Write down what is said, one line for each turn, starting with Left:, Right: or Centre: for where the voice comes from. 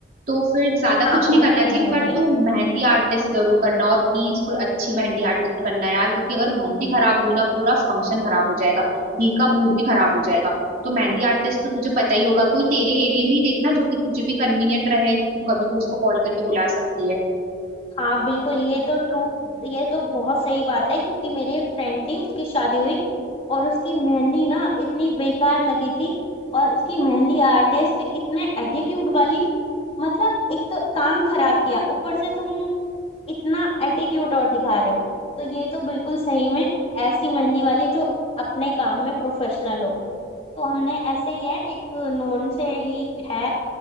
Right: तो फिर ज्यादा
Left: हाँ
Right: कुछ नहीं
Left: मेहंदी
Right: करना चाहिए
Left: घर में हो
Right: पर
Left: रही है
Right: तू मेहंदी आर्टिस्ट जरूर करना और प्लीज कोई अच्छी मेहंदी आर्टिस्ट करना यार क्योंकि अगर मेहंदी खराब हुई ना पूरा फंक्शन खराब हो जाएगा दी का मूड भी खराब हो जाएगा तो मेहंदी आर्टिस्ट तो तुझे पता ही होगा कोई तेरे एरिया में ही देखना जो कि तुझे भी कन्वीनियंट रहे तू कभी भी उसको कॉल करके बुला सकती है
Left: हाँ बिल्कुल ये तो ट्रू ये तो बहुत सही बात है क्योंकि मेरी एक फ्रेंड थी उसकी शादी हुई और उसकी मेहंदी ना इतनी बेकार लगी थी और उसकी मेहंदी आर्टिस्ट इतने एटीट्यूड वाली मतलब एक तो काम खराब किया ऊपर से तुम इतना एटीट्यूड और दिखा रहे हो तो ये तो बिल्कुल सही में ऐसी मेहंदी वाली जो अपने काम में प्रोफेशनल हो तो हमने ऐसे ही है एक नोन से ही है